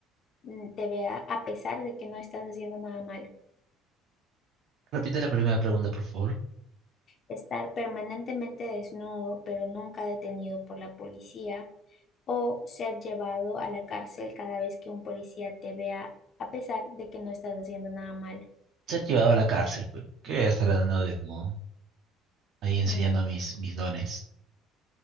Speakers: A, on the left (about 35°); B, on the right (about 50°).
A: mm, te vea a pesar de que no estás haciendo nada malo?
B: Repite la primera pregunta, por favor.
A: Estar permanentemente desnudo, pero nunca detenido por la policía, o ser llevado a la cárcel cada vez que un policía te vea a pesar de que no estás haciendo nada malo.
B: Ser llevado a la cárcel, pues. ¿Qué voy a estar dando desnudo? Ahí enseñando
A: Mm,
B: mis, mis dones.